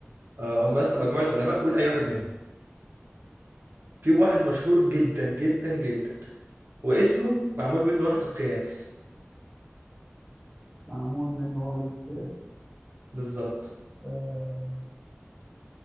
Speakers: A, on the right (about 55°); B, in the centre.
A: آه. هم يا اسطى مجموعه علماء قول اي واحد منهم في واحد مشهور جدا جدا جدا واسمه معمول منه وحدة قياس
B: معمول من وحدة قياس
A: بالظبط
B: آه،